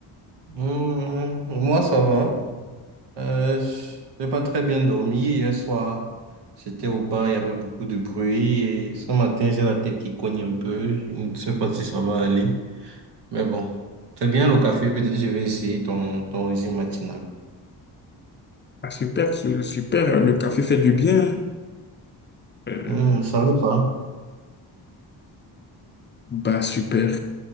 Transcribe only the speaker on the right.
Hmm, moi, ça va. Euh, j'ai pas très bien dormi. Hier soir, j'étais au bar, il y avait beaucoup de bruit. Et ce matin, j'ai la tête qui cogne un peu. Je ne sais pas si ça va aller. Mais bon, c'est bien le café. Peut-être que je vais essayer ton, ton régime matinal.
Hmm, ça va pas?